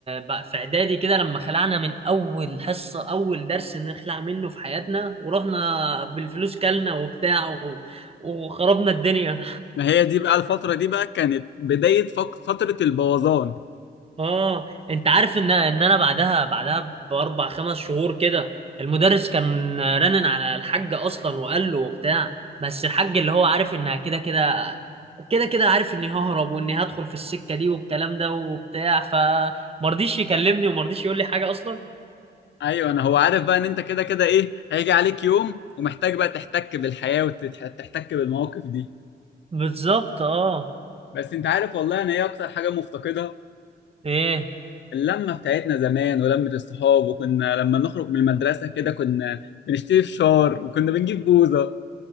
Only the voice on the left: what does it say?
ما هي دي بقى الفتره دي بقى كانت بدايه فق- فتره البوظان
ايوه انا هو عارف بقى ان انت كده كده ايه هيجي عليك يوم ومحتاج بقى تحتك بالحياه وتحتك بالمواقف دي
بس انت عارف والله انا ايه اكتر حاجه مفتقدها
اللمه بتاعتنا زمان ولمه الصحاب وكنا لما نخرج من المدرسه كده كنا بنشتري فشار وكنا بنجيب بوظه